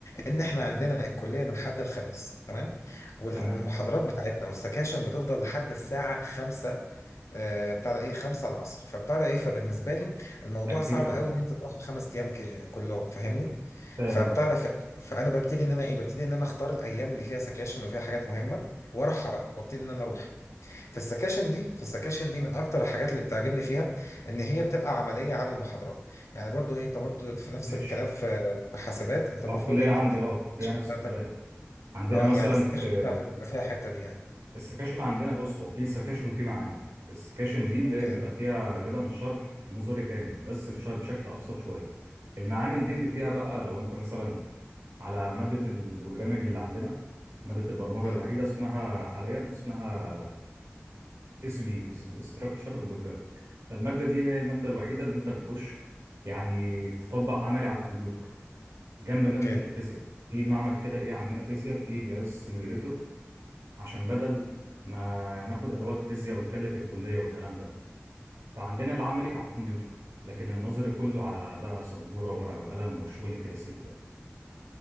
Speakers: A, on the left; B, on the right.
A: ان احنا عندنا الكليه من حد الخميس تمام وال-
B: تمام
A: والمحاضرات بتاعتنا والسكاشن بتفضل لحد الساعه 5 آه، بتاع ده ايه 5 العصر فبتاع ده ايه فبالنسبه لي الموضوع
B: ده كتير
A: صعب
B: قوي
A: قوي ان انت تاخد خمس ايام ك- كلهم فاهمني
B: فاهم
A: فبتاع
B: اه
A: ده ف- فانا ببتدي ان انا ايه ببتدي ان انا اختار الايام اللي فيها سكاشن وفيها حاجات مهمه واروحها بقى وابتدي ان انا اروح في السكاشن دي في السكاشن دي من اكتر الحاجات اللي بتعجبني فيها ان هي بتبقى عمليه عن المحاضرات يعني برضو إيه، انت برضو في نفس
B: ماشي
A: الكلام في في حاسبات انت المفروض
B: او الكلية
A: إن انت
B: عندي
A: بت...
B: اه هي
A: السكاشن
B: نفس
A: بتاعتك
B: الكلام عندنا
A: اه
B: مثلا
A: يعني السكاشن
B: في
A: بتاعتك بيبقى فيها الحته دي يعني
B: السكاشن عندنا بص هو في سكاشن في معامل السكاشن دي اللي
A: اوكي
B: بتبقى فيها غالبا شرح نظري تاني بس بش- بشكل ابسط شويه المعامل دي اللي فيها بقى لو انت مثلا على ماده البروجرامنج اللي عندنا ماده البرمجه
A: امم
B: الوحيده اسمها حاليا اسمها اس بي استراكشرد بروجرام فالماده دي هي الماده الوحيده اللي انت بتخش يعني تطبق عملي على الكمبيوتر جنب ماده
A: اوكي
B: الفيزياء في معمل كده ايه عندنا فيزياء في جهاز سيميوليتور عشان بدل ما ناخد ادوات فيزياء ونكلف الكليه والكلام ده فعندنا العملي على الكمبيوتر لكن النظري كله على بقى سبوره ورقه وقلم والشغل الكلاسيكي ده